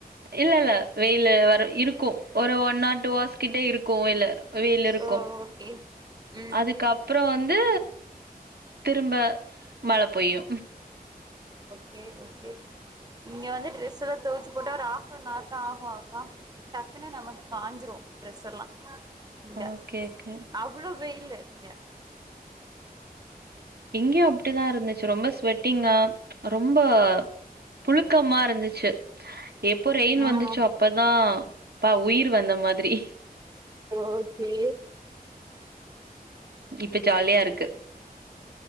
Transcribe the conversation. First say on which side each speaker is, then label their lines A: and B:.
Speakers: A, on the right; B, on the right.
A: இல்லல்ல வெயிலு வர இருக்கும் ஒரு ஒன் நாட்டு வாசிக்கிட்டே இருக்கு கோயில வெயில்ல இருக்கு
B: ஓ ஓகே ம்
A: அதுக்கப்பறம் வந் ந்து திரும்ப மழ பொய்யு
B: கே ஓகே இங்க வந்து ட்ரெஸ் தொவச்சு போட்டா ஒரு ஆஃப் அன் ஆர் தா ஆகும்அக்கா டக்குன்னு நம்ம காஞ்சிரு ட்ரெஸ் எல்லா இந்த
A: ஓகே ஓகே
B: அவ்வளோ வெய் இல்ல இங்க
A: இங்யு அப்படிதாருந்துச்சு ரொம்ப ஸ்வெட்டிங்கா ரொம்ப புழுக்கமாருந்துச்சு எப்போ ரெயின்
B: ஆ
A: வந்துச்சோ அப்பதா பா உயிர் வந்த மாதிரி
B: ஓ கே
A: இப்ப ஜாலியாருக்கு